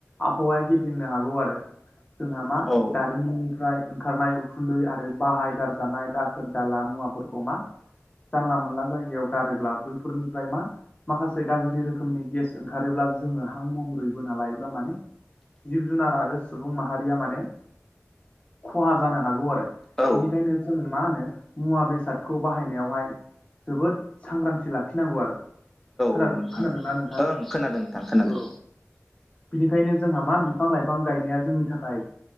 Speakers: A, on the left; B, in the centre.
A: आबहावाया गेब्लंनो हागौ आरो जोंहा मा
B: औ
A: निफ्राय ओंखारनाय उखुन्दै आरो बाहायगारजानाय दाखोर दाला मुवाफोरखौ मा जानला मोनला जायगायाव गारोब्ला बैफोरनिफ्राय मा माखासे गाज्रि रोखोमनि गेस ओंखारोब्ला जोङो हां महरै बोना लायोब्ला माने जिब जुनार आरो सुबुं माहारिया माने खहा जानो हागौ आरो
B: औ
A: बिनिखायनो जों मा होनो मुवा बेसादखौ बाहायनायावहाय जोबोद सांग्रांथि लाखिनांगौ आरो खोनादो
B: औ नोंथां
A: खोनादोंना नोंथां
B: ओं खोनादों नोंथां खोनादों
A: औ बिनिखायनो जोंहा मा बिफां लाइफां गायनाया जोंनि थाखाय